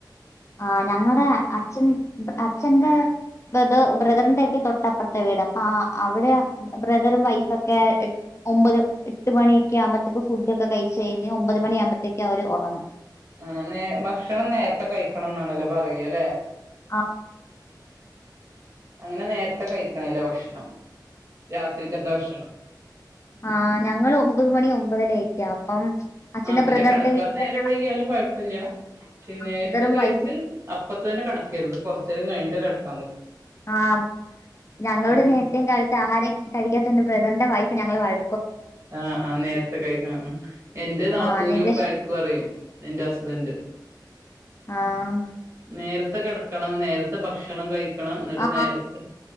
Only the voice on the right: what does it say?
ആ നേ ഭക്ഷണം നേരത്തെ കഴിക്കണം എന്നാണല്ലോ പറയാല്ലെ
അങ്ങനെ നേരത്തെ കഴിക്കണലെ ഭക്ഷണം രാത്രിക്കത്തെ ഭക്ഷണം
ആഹ പിന്നെ
കടക്കാന്
നേരം വൈകിയാലും കുഴപ്പില്ല പക്ഷേ നേരത്തെ
കഴിച്ച്
അപ്പ തന്നെ കിടക്കരുത് കൊറച്ച് നേരം കഴിഞ്ഞിട്ട് കിടക്ക
അങ്ങനെ
പറ
ആഹ ആ് നേരത്തെ കഴക്കണം ആ എന്റെ നാത്തൂവിനും
വഴക്ക് പറയും എന്റെ ഹസ്ബൻഡ്
നേരത്തെ കിടക്കണം നേരത്തെ ഭക്ഷണം കഴിക്കണം എന്നിട്ട്
നേരത്തെ